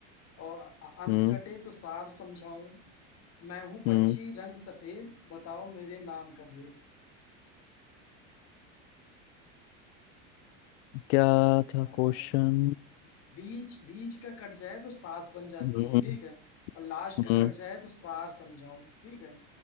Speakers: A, on the left; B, on the left.
A: और अ- अंत
B: हम्म
A: कटे तो सार समझाऊं मैं हूँ पक्षी
B: हम्म
A: रंग सफेद बताओ मेरे नाम का भेद
B: क्या था
A: यार
B: क्वेश्चन
A: बीच बीच का कट जाए तो सास बन जाती
B: हम्म
A: है ठीक है और लास्ट
B: हम्म
A: का कट जाए तो सार समझाऊं ठीक है